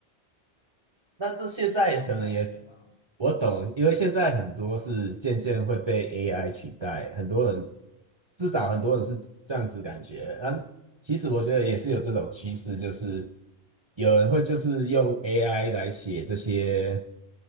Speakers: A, on the right; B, on the left.
A: 那这现在可能也
B: 你能懂那种感觉吗？
A: 我懂，因为现在很多是渐渐会被 AI 取代，很多人至少很多人是这样子感觉。嗯，其实我觉得也是有这种趋势，就是有人会就是用 AI 来写这些